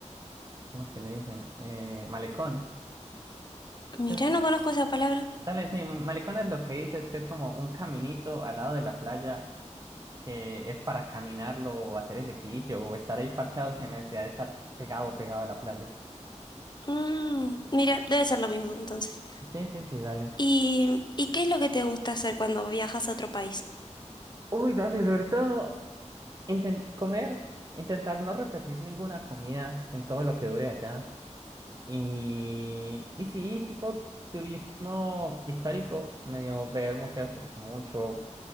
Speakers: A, on the right (about 30°); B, on the left (about 35°).
A: ¿cómo es que le dicen? Eh, malecón.
B: Mira,
A: Es-
B: no conozco esa palabra.
A: Dale, sí, malecón es lo que dices, que es como un caminito al lado de la playa que es para caminarlo o hacer ejercicio o estar ahí parchado sin necesidad de estar pegado, pegado a la playa.
B: Mm, mira, debe ser lo mismo entonces.
A: Sí, sí, sí, dale.
B: ¿Y, y qué es lo que te gusta hacer cuando viajas a otro país?
A: Uy, dale, sobre todo inten- comer, intentar no repetir ninguna comida en todo lo que dure allá. Y, y sí, tipo turismo histórico, medio ver museos me gusta mucho.